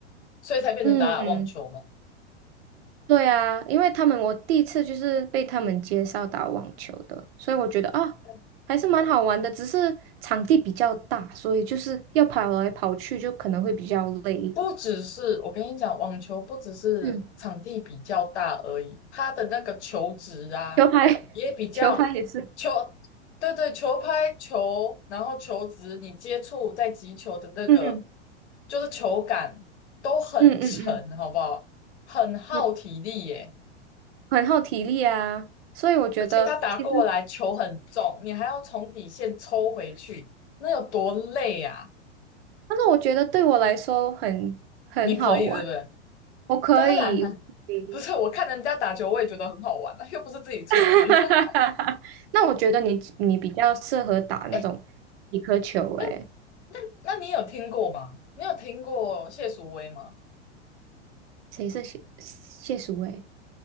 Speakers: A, on the left (about 70°); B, on the right (about 55°).
A: 所以才变成打打网球吗？
B: 嗯。对啊，因为他们我第一次就是被他们介绍打网球的，所以我觉得啊，
A: 哦，
B: 还是蛮好玩的，只是场地比较大，所以就是要跑来跑去，就可能会比较累一点。
A: 不只是我跟你讲，网球不只是场地比较大而已，
B: 嗯，
A: 它的那个球质啊也比较球，
B: <laughs> 球拍，<laughs> 球拍也是，
A: 对对，球拍球，然后球质，你接触在击球的那个
B: 嗯
A: 就是球感都很沉，
B: 嗯嗯嗯，
A: 好不好？很耗体力耶，
B: 我很耗体力啊，所以我觉得其实，
A: 而且它打过来球很重，你还要从底线抽回去，那有多累啊？
B: 但是我觉得对我来说很很好玩，
A: 你可以是不是？
B: 我可以，
A: 当然了。
B: 我可以
A: <laughs> 不是，我看人家打球，我也觉得很好玩啊，又不是自己出力。
B: <laughs>
A: <laughs>
B: 那我觉得你你比较适合打那种几颗球，
A: 哎，那
B: 诶。
A: 那那你有听过吗？你有听过谢淑薇吗？
B: 谁是谢谢淑薇？